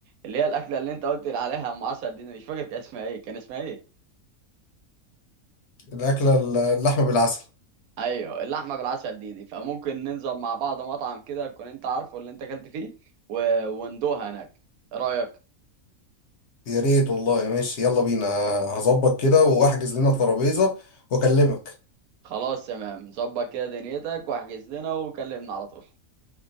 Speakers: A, on the right; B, on the left.
A: اللي هي الاكله اللي انت قلت لي عليها ام عسل دي أنا مش فاكر كان اسمها ايه كان اسمها ايه
B: الأكلة ال- اللحمة بالعسل
A: ايوه اللحمه بالعسل دي دي فممكن ننزل مع بعض مطعم كده تكون انت عارفه اللي انت اكلت فيه و... وندوها هناك ايه رايك
B: يا ريت والله ماشي يلا بينا هظبط كده وأحجز لنا ترابيزة وأكلمك
A: خلاص تمام ظبط كده دنيتك واحجز لنا وكلمنا على طول